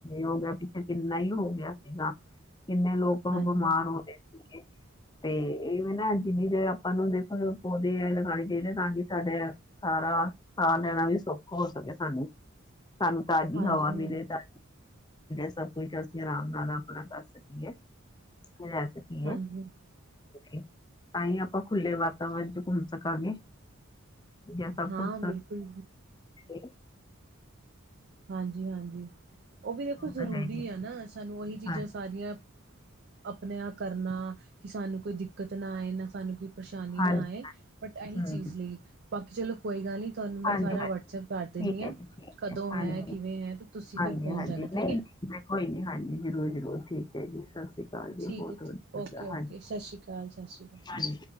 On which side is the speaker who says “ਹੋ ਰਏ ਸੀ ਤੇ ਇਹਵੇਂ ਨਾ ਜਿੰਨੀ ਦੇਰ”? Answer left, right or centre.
Left